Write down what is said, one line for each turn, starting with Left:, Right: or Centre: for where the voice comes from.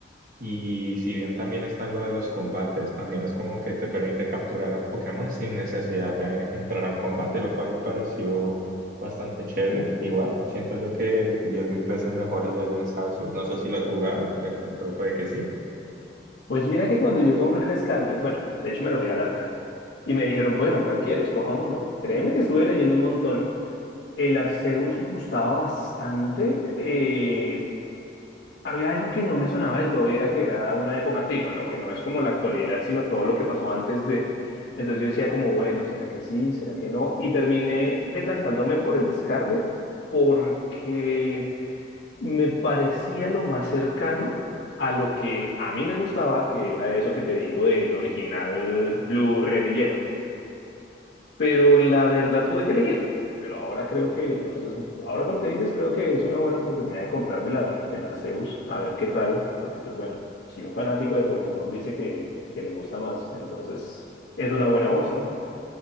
Right: y si bien también está lo de los combates, también es como que te permite capturar a un Pokémon sin necesidad de entrar a un combate, lo cual me pareció bastante chévere. Igual, siento yo que 10.000 veces mejor el Legends Arceus. No sé si lo has jugado, de pronto puede que sí.
Left: Pues mira que cuando yo compré el Scarlet, bueno, de hecho me lo regalaron <laughs> y me dijeron, bueno, ¿cuál quieres? Coja uno. Créeme que estuve leyendo un montón El Arceus me gustaba bastante. eh, había algo que no me sonaba del todo y era que era una época antigua, ¿no? Que no es como la actualidad, sino todo lo que pasó antes de. Entonces yo decía como, bueno, ¿será que sí? ¿Será que no? Y terminé decantándome por el Scarlet porque me parecía lo más cercano a lo que a mí me gustaba, que era eso que te digo del original Blue, Red y Yellow pero la verdad tuve que elegir. Pero ahora creo que, entonces, ahora con lo que dices, creo que es una buena oportunidad de comprarme el, Ar- el Arceus, a ver qué tal, porque pues bueno, si un fanático de Pokémon dice que, que le gusta más, entonces es una buena voz, ¿no?